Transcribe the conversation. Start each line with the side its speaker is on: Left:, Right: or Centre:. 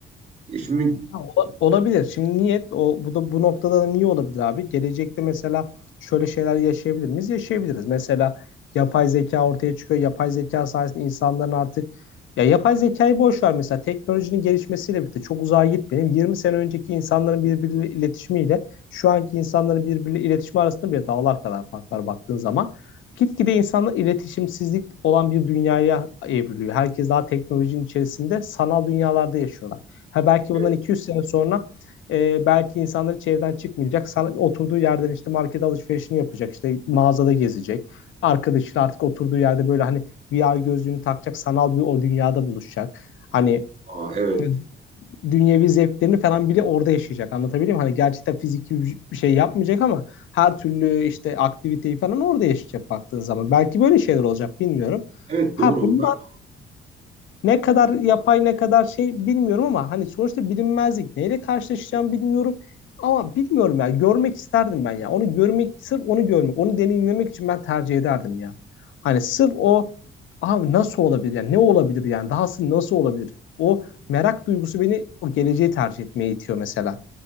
Right: E şimdi
Left: Ya, ola- Olabilir. Şimdi niyet o bu da bu noktada da niye olabilir abi? Gelecekte mesela şöyle şeyler yaşayabilir miyiz? Yaşayabiliriz. Mesela yapay zeka ortaya çıkıyor. Yapay zeka sayesinde insanların artık ya yapay zekayı boş ver mesela teknolojinin gelişmesiyle birlikte çok uzağa gitmeyelim. 20 sene önceki insanların birbiriyle iletişimiyle şu anki insanların birbiriyle iletişimi arasında bile dağlar kadar fark var baktığın zaman. Gitgide insanlar iletişimsizlik olan bir dünyaya evriliyor. Herkes daha teknolojinin içerisinde sanal dünyalarda yaşıyorlar. Ha belki
Right: evet.
Left: bundan 200 sene sonra e, belki insanları hiç çıkmayacak. San- oturduğu yerden işte market alışverişini yapacak. işte mağazada gezecek. Arkadaşıyla artık oturduğu yerde böyle hani VR gözlüğünü takacak. Sanal bir o dünyada buluşacak. Hani
Right: Aa, evet.
Left: Evet. dünyevi zevklerini falan bile orada yaşayacak. Anlatabiliyor muyum? Hani gerçekten fiziki bir şey yapmayacak ama her türlü işte aktiviteyi falan orada yaşayacak baktığın zaman. Belki böyle şeyler olacak bilmiyorum.
Right: Evet
Left: Ha
Right: doğru
Left: bunu
Right: onlar.
Left: ne kadar yapay ne kadar şey bilmiyorum ama hani sonuçta bilinmezlik. Neyle karşılaşacağım bilmiyorum. Ama bilmiyorum ya görmek isterdim ben ya. Onu görmek sırf onu görmek, onu deneyimlemek için ben tercih ederdim ya. Hani sırf o abi nasıl olabilir yani ne olabilir yani dahası nasıl olabilir? O merak duygusu beni o geleceği tercih etmeye itiyor mesela.